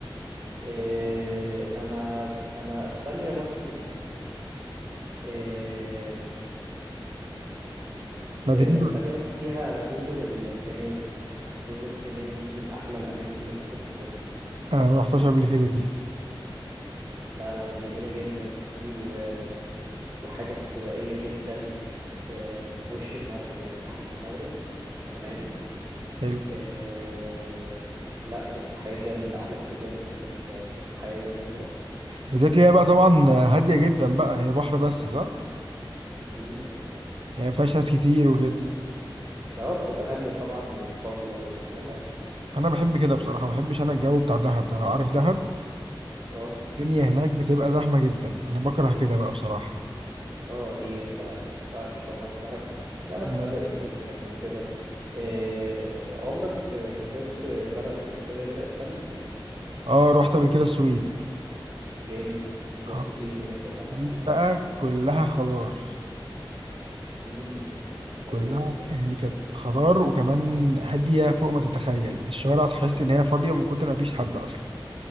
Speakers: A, on the right; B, on the right.
A: إيه، انا انا اسبانيا رحت فيها
B: مدريد
A: آه، اسبانيا
B: ولا ايه؟
A: رحت فيها جزر الكناري جزر الكناري دي من احلى الاماكن اللي ممكن تزورها
B: انا ما رحتش قبل كده دي
A: لا لا دي جميله جدا دي و- وحاجه استوائيه جدا آه، في وش المغرب يعني ناحيه المغرب تمام
B: حلو
A: آه، لا يعني حاجه من احلى التجارب في ال- في الحياه لازم تروح
B: بالذات هي بقى طبعا هادية جدا بقى هي بحر بس صح؟
A: مم.
B: يعني ما فيهاش ناس كتير وكده
A: ده بتبقى هاديه طبعا وفاضيه وكل حاجه
B: أنا بحب كده بصراحة ما بحبش أنا الجو بتاع دهب ده لو عارف دهب
A: اه
B: الدنيا هناك بتبقى زحمة جدا أنا بكره كده بقى بصراحة
A: اه دي لا ما ينفعش طبعا دهب دهب
B: يعني
A: بدأت تزحم وكده آه، آه، عمرك سافرت بلد أوروبية غير أسبانيا؟
B: اه رحت قبل كده السويد
A: جامد رحت
B: آه،
A: فين
B: الس-
A: هناك ولا
B: السويد
A: عملت إيه؟
B: بقى كلها خضار
A: مم. ده
B: كلها
A: جامد ده
B: يعني كانت خضار وكمان هادية فوق ما تتخيل الشوارع تحس إن هي فاضية من كتر ما فيش حد أصلا